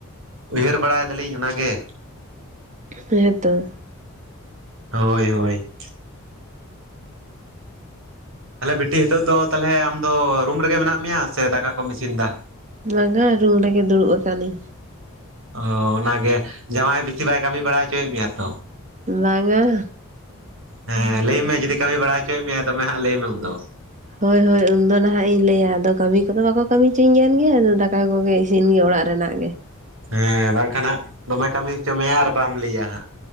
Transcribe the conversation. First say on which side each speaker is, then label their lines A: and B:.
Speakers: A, on the right; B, on the right.
A: ᱩᱭᱦᱟᱹᱨ ᱵᱟᱲᱟᱭ ᱫᱟᱞᱤᱧ ᱚᱱᱟᱜᱮ ᱾
B: ᱦᱮᱸᱛᱚ ᱾
A: ᱦᱳᱭ ᱦᱳᱭ ᱾ ᱛᱟᱦᱚᱞᱮ ᱵᱤᱴᱤ ᱱᱤᱛᱚᱜ ᱫᱚ ᱛᱟᱦᱚᱞᱮ ᱟᱢ ᱫᱚ ᱨᱩᱢ ᱨᱮᱜᱮ ᱢᱮᱱᱟᱜ ᱢᱮᱭᱟ ᱥᱮ ᱫᱟᱠᱟ ᱠᱚᱢ ᱤᱥᱤᱱ ᱮᱫᱟ?
B: ᱵᱟᱝᱟ ᱨᱩᱢ ᱨᱮᱜᱮ ᱫᱩᱲᱩᱵ ᱟᱠᱟᱱᱟᱼᱤᱧ ᱾
A: ᱚ ᱚᱱᱟᱜᱮ ᱡᱟᱶᱟᱭ ᱵᱮᱥᱤ ᱵᱟᱭ ᱠᱟᱹᱢᱤ ᱵᱟᱲᱟ ᱦᱚᱪᱚᱭᱮᱫ ᱢᱮᱭᱟ ᱛᱚ?
B: ᱵᱟᱝᱜᱟ ᱾
A: ᱦᱮᱸ ᱞᱟᱹᱭ ᱢᱮ ᱡᱩᱫᱤ ᱠᱟᱹᱢᱤ ᱵᱟᱲᱟ ᱦᱚᱪᱚᱭᱮᱫ ᱢᱮᱭᱟ ᱫᱚᱢᱮ ᱦᱟᱸᱜ ᱞᱟᱹᱭ ᱢᱮ ᱩᱱᱫᱚ?
B: ᱦᱳᱭ ᱦᱳᱭ ᱩᱱᱫᱚ ᱱᱟᱦᱟᱜ ᱤᱧ ᱞᱟᱹᱭᱟ, ᱟᱫᱚ ᱠᱟᱹᱢᱤ ᱠᱚᱫᱚ ᱵᱟᱠᱚ ᱠᱟᱹᱢᱤ ᱦᱚᱪᱚᱧ ᱠᱟᱱ ᱜᱮᱭᱟ ᱟᱫᱚ ᱫᱟᱠᱟ ᱠᱚᱜᱮ ᱤᱥᱤᱱ ᱜᱮ ᱚᱲᱟᱜ ᱨᱮᱱᱟᱜ ᱜᱮ ᱾
A: ᱦᱮᱸ ᱵᱟᱝᱠᱷᱟᱱ ᱦᱟᱸᱜ, ᱫᱚᱢᱮ ᱠᱟᱹᱢᱤ ᱦᱚᱪᱚ ᱢᱮᱭᱟ ᱟᱨ ᱵᱟᱢ ᱞᱟᱹᱭᱟ ᱦᱟᱸᱜ᱾